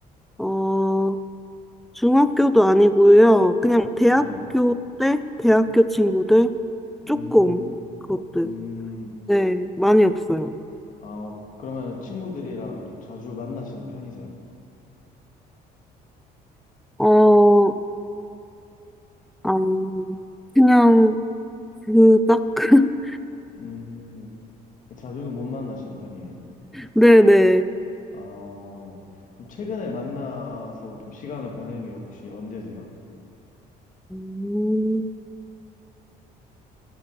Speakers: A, in the centre; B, on the left.
A: 어, 중학교도 아니고요. 그냥 대학교
B: 네네.
A: 때 대학교 친구들
B: 음,
A: 조금 그것들.
B: 음,
A: 네, 많이 없어요.
B: 아, 그러면 친구들이랑 좀 자주 만나시는 편이세요?
A: 어, 아, 그냥 그닥 <laughs>
B: 음, 자주는 못 만나시는 편이에요?
A: 네, 네, 네.
B: 어, 그럼 최근에 만나서 좀 시간을 보내는 게 혹시 언제세요?
A: 음,